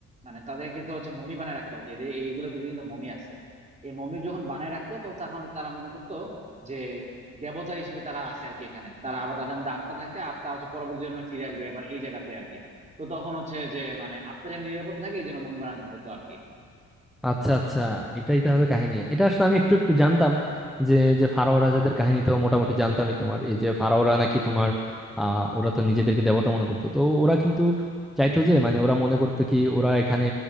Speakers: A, on the right (about 25°); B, in the centre.
A: মানে তাদেরকে তো হচ্ছে মমি বানায় রাখতো আর কি এদের এইগুলোর ভিতরে কিন্তু মমি আছে এই মমি যখন বানায় রাখতো তো তখন তারা মনে করতো যে দেবতা হিসেবে তারা আছে আর কি এখানে তারা আবার তাদের মধ্যে আত্মা থাকে আত্মা হচ্ছে পরবর্তী জন্মে ফিরে আসবে এবার এই জায়গাতে আর কি তো তখন হচ্ছে যে মানে আত্মা যেন নিরাপদে থাকে এই জন্য মুভি বানাতে হতো আর কি
B: আচ্ছা আচ্ছা এটাই তাহলে কাহিনী এটা আসলে আমি একটু একটু জানতাম যে যে ফারাও রাজাদের কাহিনী তো মোটামুটি জানতামই তোমার এই যে ফারাওরা নাকি তোমার আহ ওরা তো নিজেদেরকে দেবতা মনে করতো তো ওরা কিন্তু চাইতো যে মানে ওরা মনে করতো কি ওরা এখানে